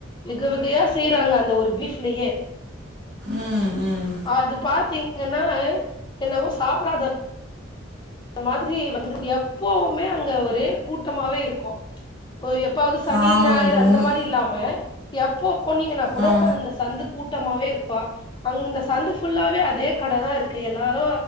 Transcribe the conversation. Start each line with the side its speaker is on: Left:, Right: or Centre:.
Left: விகை வகையா செய்யறாங்க அந்த ஒரு பீப்லயே
Right: ம் ம்
Left: அது பாத்தீங்கன்னா என்னவோ சாப்டாத மாதிரி வந்து எப்பவுமே அங்க ஒரே கூட்டமாவே இருக்கூ ஒரு எப்பாவ்து சனி
Right: ஆமாங்க
Left: ஞாயிறு
Right: இப்போ
Left: அந்த
Right: முன்
Left: மாரி இல்லாம எப்போ போனீங்கனா கூட
Right: ஆ
Left: அந்த சந்து கூட் ட்டமாவே இருக்கூ அங்க இந்த சந்து ஃபுல்லாவே அதே கடதா இருக்கு எல்லாரூ